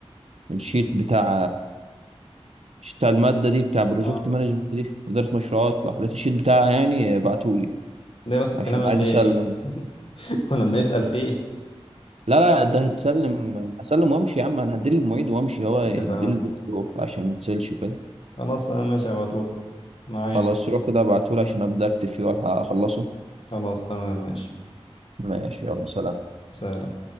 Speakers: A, on the right (about 80°); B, on the left (about 60°).
A: الشيت بتاع مش بتاع المادة دي بتاع بروجكت
B: اه
A: مانجمنت دي إدارة مشروعات لو حضرتك الشيت بتاعها يعني ابعتهولي
B: ده بس الكلام
A: عشان
B: اللي
A: عايز أسلم
B: <laughs> ولما يسأل فيه
A: لا لا ده هتسلم هسلم وامشي يا عم انا هديه للمعيد وامشي هو
B: ايوه
A: يديه
B: تمام
A: للدكتور عشان ما تسلش وكده
B: خلاص انا ماشي على طول معايا
A: خلاص روح كده ابعتهولي عشان ابدا اكتب فيه والحق اخلصه
B: خلاص تمام ماشي
A: ماشي يلا سلام
B: سلام